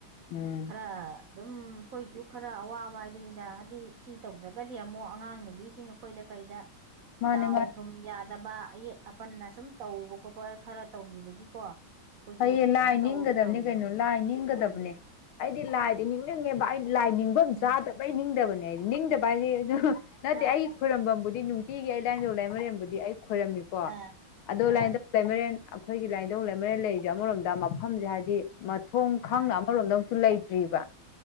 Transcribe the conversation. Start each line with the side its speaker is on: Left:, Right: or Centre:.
Left: ꯎꯝ
Right: ꯈꯔ ꯗꯨꯝ ꯈꯣꯏꯁꯨ ꯈꯔ ꯑꯋꯥꯕ ꯍꯥꯏꯗꯨꯅꯤꯗ ꯍꯥꯏꯗꯤ ꯁꯤ ꯇꯧꯗ꯭ꯔꯒꯗꯤ ꯑꯃꯨꯛ ꯑꯉꯥꯡ ꯅꯨꯕꯤꯁꯤꯡ ꯑꯈꯣꯏꯗ ꯀꯩꯗ
Left: ꯃꯥꯅꯦ
Right: ꯗꯥꯎ
Left: ꯃꯥꯅꯦ
Right: ꯊꯨꯝ ꯌꯥꯗꯕ ꯑꯌꯦꯠ ꯑꯄꯟꯅ ꯁꯨꯝ ꯇꯧꯕ ꯈꯣꯠꯄ ꯈꯔ ꯇꯧꯈꯤꯕꯒꯤꯀꯣ
Left: ꯐꯩꯌꯦ ꯂꯥꯏ
Right: ꯑꯗꯨꯝ
Left: ꯅꯤꯡꯒꯗꯕꯅꯦ
Right: ꯇꯧꯔꯤꯅꯦꯕ
Left: ꯀꯩꯅꯣ ꯂꯥꯏ ꯅꯤꯡꯒꯗꯕꯅꯦ
Right: ꯎꯝ
Left: ꯑꯩꯗꯤ ꯂꯥꯏꯗꯤ ꯅꯤꯡꯅꯤꯡꯉꯦꯕ ꯑꯩ ꯂꯥꯏ ꯅꯤꯡꯕꯝ
Right: ꯎꯝ
Left: ꯆꯥꯗꯕꯩ ꯅꯤꯡꯗꯕꯅꯦ ꯍꯥꯏꯗꯤ ꯅꯤꯡꯗꯕ ꯍꯥꯏꯁꯦ ꯑꯗꯨ ꯅꯠꯇꯦ
Right: ꯑꯥ
Left: ꯑꯩꯒꯤ ꯈꯣꯏꯔꯝ ꯕꯝꯕꯨꯗꯤ ꯅꯨꯡꯇꯤꯒꯤ ꯑꯩ ꯂꯥꯏꯟꯗꯧ ꯂꯥꯏꯃꯔꯦꯝꯕꯨꯗꯤ ꯑꯩ ꯈꯣꯏꯔꯝꯃꯤꯀꯣ
Right: ꯑꯥ
Left: ꯑꯗꯣ
Right: ꯑꯥ
Left: ꯂꯥꯏꯟꯗ ꯂꯩꯃꯔꯦꯟ ꯑꯈꯣꯏꯒꯤ ꯂꯥꯏꯊꯧ ꯂꯩꯃꯔꯦꯟ ꯂꯩꯖꯦ ꯑꯃꯔꯣꯝꯗ ꯃꯐꯝꯁꯦ ꯍꯥꯏꯗꯤ ꯃꯊꯣꯡ ꯈꯪꯅ
Right: ꯑꯥ
Left: ꯑꯃꯔꯣꯝꯗ ꯑꯃꯨꯛꯁꯨ ꯂꯩꯇ꯭ꯔꯤꯕ